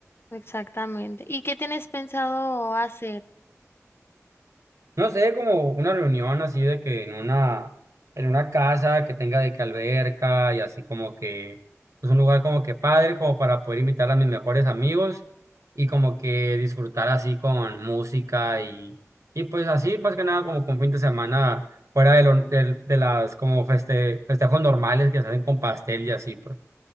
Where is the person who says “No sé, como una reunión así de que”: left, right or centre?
Right